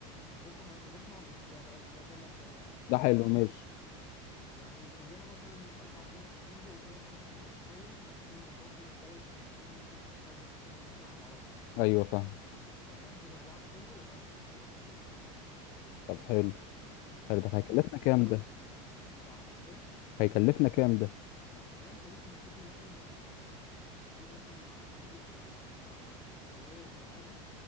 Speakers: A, on the left (about 20°); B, on the left (about 50°).
A: بص احنا هنروح نقعد اسبوع ده ده, ده مبدئيا يعني
B: ده حلو
A: تمام
B: ماشي
A: يعني خليها مثلا اربع ايام في فندق وثلاث ايام في نخيم بحيث ان برضو الجو مش مضمون ممكن يكون حر ممكن يكون ساقع معرفش
B: ايوه فاهم
A: يعني نحجز اربعه في فندق وثلاثه نخيم فيهم في الصحراء يعني مع الناس
B: طب حلو حلو طب
A: ماشي
B: هيكلفنا
A: ممكن
B: كام
A: بقى
B: ده
A: لا لا عارف ايه
B: هيكلفنا كام ده
A: يعني انت ممكن تسافر مثلا يعني تخلي مثلا معاك بص انا انا الطبيعي وكالعاده